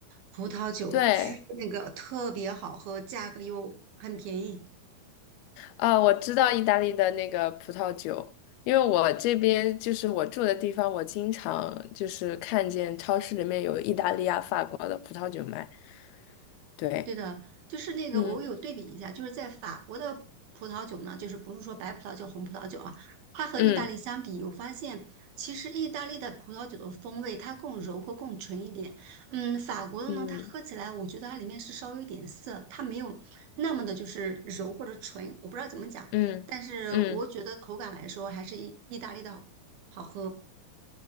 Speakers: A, on the right (about 75°); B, on the left (about 85°).
A: 葡萄酒巨那个特别好喝，
B: 对
A: 价格又很便宜。
B: 啊，我知道意大利的那个葡萄酒，因为我这边就是我住的地方，我经常就是看见超市里面有意大利啊、法国的葡萄酒卖。对，
A: 对的，就是那个，
B: 嗯
A: 我有对比一下，就是在法国的葡萄酒呢，就是不是说白葡萄酒、红葡萄酒啊，它和意大利相比，
B: 嗯
A: 我发现其实意大利的葡萄酒的风味它更柔和、更纯一点。嗯，法国的呢，
B: 嗯
A: 它喝起来，我觉得它里面是稍微有点涩，它没有那么的就是柔或者纯，我不知道怎么讲，
B: 嗯嗯
A: 但是我觉得口感来说，还是意意大利的好喝。